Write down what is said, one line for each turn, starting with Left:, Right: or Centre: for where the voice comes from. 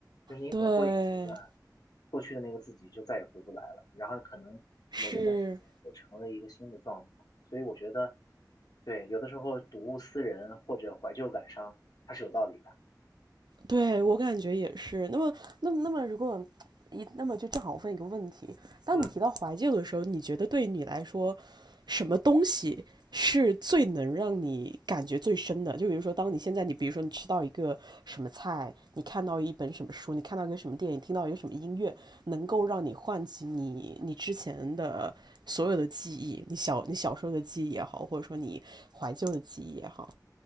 Left: 就是你总过一个阶段，
Right: 对，
Left: 过去的那个自己就再也回不来了，然后可能某一段时间又成了一个新的状态，
Right: 是。
Left: 所以我觉得，对，有的时候睹物思人或者怀旧感伤，它是有道理的。
Right: 对我感觉也是。那么，那么，那么，如果一那么就正好我问一个问题：当你提到怀旧的时候，
Left: 嗯。
Right: 你觉得对你来说，什么东西是最能让你感觉最深的？就比如说，当你现在你比如说你吃到一个什么菜，你看到一本什么书，你看到一个什么电影，听到一个什么音乐，能够让你唤起你你之前的所有的记忆，你小你小时候的记忆也好，或者说你怀旧的记忆也好。